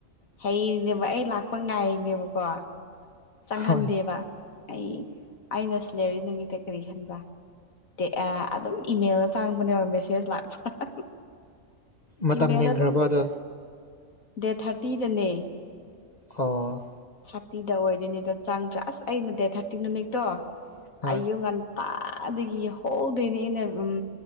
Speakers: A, on the left (about 85°); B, on the left (about 35°).
A: ꯍꯩꯔꯤꯅꯦꯕ ꯑꯩ ꯂꯥꯛꯄ ꯉꯥꯏꯔꯤꯅꯦꯕꯀꯣ꯫ ꯆꯪꯍꯟꯗꯦꯕ
B: ꯍꯣꯏ
A: ꯑꯩ ꯑꯩꯅ ꯁꯤꯂꯔꯤ ꯅꯨꯃꯤꯠꯇ ꯀꯔꯤ ꯈꯟꯕ꯭ꯔ꯫ ꯇꯦ ꯑꯥ ꯑꯗꯨꯝ ꯏꯃꯦꯜꯗ ꯆꯥꯡꯕꯅꯦꯕ ꯃꯦꯁꯦꯖ ꯂꯥꯛꯄ꯭ꯔꯅ꯫
B: ꯃꯇꯝ
A: ꯏꯃꯦꯜꯗ
B: ꯍꯦꯟꯈ꯭ꯔꯕ
A: ꯑꯗꯨꯝ
B: ꯑꯗꯣ
A: ꯗꯦꯠ ꯊꯥꯔꯇꯤꯗꯅꯦ꯫
B: ꯑꯣ꯫
A: ꯊꯥꯔꯇꯤꯗ ꯑꯣꯏꯗꯣꯏꯅꯤꯗꯣ ꯆꯪꯗ꯭ꯔꯥ ꯑꯁ ꯑꯩꯅ ꯗꯦꯠ ꯊꯥꯔꯇꯤ ꯅꯨꯃꯤꯠꯇꯣ
B: ꯍꯣꯏ
A: ꯑꯌꯨꯛ ꯉꯟ ꯇꯥꯗꯒꯤ ꯌꯥꯍꯧꯗꯩꯅꯦ ꯑꯩꯅ ꯎꯝ